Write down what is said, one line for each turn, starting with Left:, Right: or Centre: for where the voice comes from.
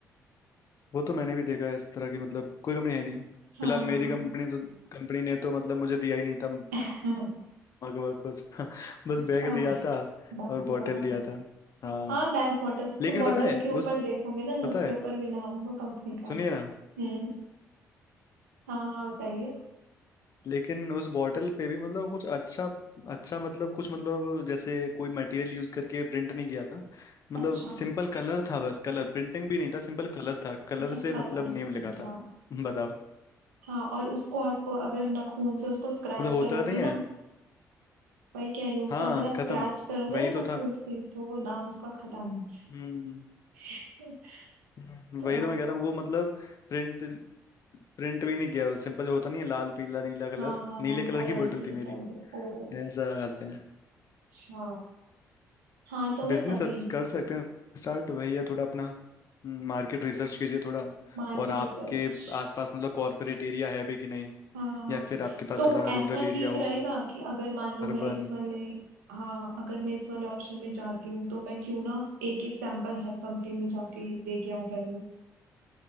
Left: वो तो मैंने भी देखा है इस तरह की मतलब कोई कंपनी है ही नहीं
Right: हाँ
Left: फिलहाल
Right: हाँ
Left: मेरी कंपनी तो कंपनी ने तो मतलब मुझे दिया ही नहीं था
Right: हाँ <laughs>
Left: मग वग कुछ <laughs> बस
Right: अच्छा
Left: बैग दिया था
Right: बात
Left: और
Right: हुआ
Left: बॉटल
Right: था
Left: दिया था हाँ
Right: हाँ बैग बॉटल
Left: लेकिन
Right: तो बॉटल
Left: पता है
Right: के ऊपर
Left: उस
Right: देखोगे ना ना
Left: पता
Right: उसके
Left: है
Right: ऊपर भी नाम होगा कंपनी का
Left: सुनिए ना
Right: हम्म हाँ हाँ बताइए
Left: लेकिन उस बॉटल पे भी मतलब कुछ अच्छा अच्छा मतलब कुछ मतलब जैसे कोई मटेरियल यूज करके प्रिंट नहीं किया था मतलब
Right: अच्छा
Left: सिंपल कलर था बस कलर प्रिंटिंग भी नहीं था सिंपल कलर था कलर
Right: अच्छा
Left: से
Right: कलर
Left: मतलब नेम
Right: से
Left: लिखा
Right: था
Left: था <laughs> बताओ
Right: हाँ और उसको आप अगर नाखून से उसको स्क्रैच
Left: मतलब होता
Right: करोगे
Left: नहीं
Right: ना
Left: है
Right: वही कह रही हूँ उसको
Left: हाँ
Right: अगर आप स्क्रैच
Left: खत्म
Right: करोगे
Left: वही
Right: ना
Left: तो
Right: नाखून
Left: था
Right: से तो वो नाम उसका खत्म
Left: हम्म
Right: <laughs>
Left: हम्म,
Right: तो
Left: वही तो मैं कह रहा हूँ वो मतलब प्रिंट प्रिंट भी नहीं किया सिंपल होता नहीं है लाल पीला नीला कलर
Right: हाँ हाँ
Left: नीले
Right: हाँ
Left: कलर
Right: कलर
Left: की बोतल
Right: से ही
Left: थी मेरी
Right: कर दे ओ
Left: ऐसा करते हैं
Right: अच्छा हाँ तो मैं
Left: बिजनेस
Right: तभी
Left: कर सकते हैं स्टार्ट वही है थोड़ा अपना हम्म, मार्केट रिसर्च कीजिए थोड़ा
Right: Market
Left: और आपके
Right: research
Left: आसपास मतलब कॉरपोरेट एरिया है भी कि नहीं
Right: हाँ
Left: या फिर आपके पास
Right: तो
Left: थोड़ा
Right: ऐसा
Left: रूरल एरिया
Right: ठीक
Left: हो
Right: रहेगा कि अगर मान लो
Left: अर्बन
Right: मैं इस वाले हाँ अगर मैं इस वाले ऑप्शन में जाती हूँ तो मैं क्यों ना एक एक सैंपल हर कंपनी में जाके दे के आऊँ पहले